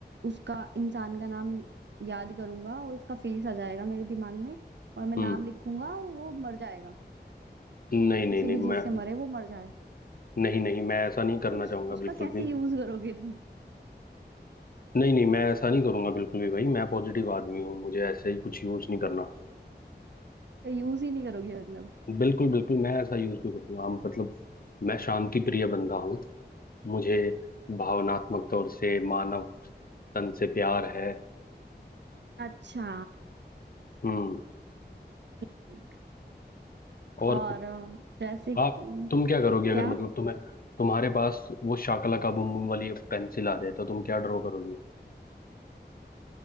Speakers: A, on the right; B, on the left.
A: उसका इंसान का नाम याद करूंगा और उसका फेस आ जाएगा मेरे दिमाग में और मैं
B: हम्म
A: नाम लिखूंगा वो मर जाएगा
B: नहीं नहीं
A: किसी
B: नहीं
A: भी चीज
B: मैं
A: से मरे वो मर जाएगा
B: नहीं नहीं मैं ऐसा नहीं करना
A: तो उस,
B: चाहूंगा
A: उसका
B: बिल्कुल
A: कैसे
B: भी
A: यूज करोगे तुम
B: नहीं नहीं मैं ऐसा नहीं करूंगा बिल्कुल भी भाई मैं पॉजिटिव आदमी हूँ मुझे ऐसे ही कुछ यूज नहीं करना
A: उसका यूज ही नहीं करोगे मतलब
B: बिल्कुल बिल्कुल मैं ऐसा यूज नहीं करूंगा हम मतलब मैं शांति प्रिय बंदा हूँ मुझे भावनात्मक तौर से मानव तन से प्यार है
A: अच्छा
B: हम्म
A: ठीक।
B: और
A: और अ, जैसे कि
B: आप तुम क्या करोगे अगर
A: क्या
B: मतलब तुम्हें तुम्हारे पास वो शाकला का बुम बुम वाली पेंसिल आ जाए तो तुम क्या ड्रॉ करोगी